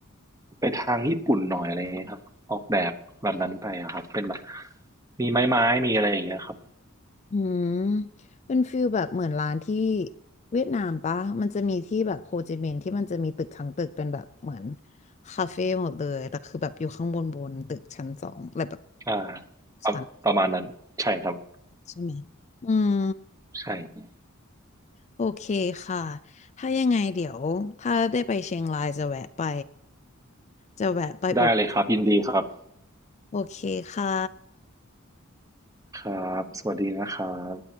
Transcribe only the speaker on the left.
อืมเป็นฟิลแบบเหมือนร้านที่เวียดนามปะมันจะมีที่แบบโฮจิมินห์ที่มันจะมีตึกทั้งตึกเป็นแบบเหมือนคาเฟ่หมดเลยแต่คือแบบอยู่ข้างบนบนตึกชั้นสองอะไรแบบ
ชั้นใช่ไหมอืม
โอเคค่ะ ถ้ายังไงเดี๋ยวถ้าได้ไปเชียงรายจะแวะไป จะแวะไปอุด
โอเคค่ะ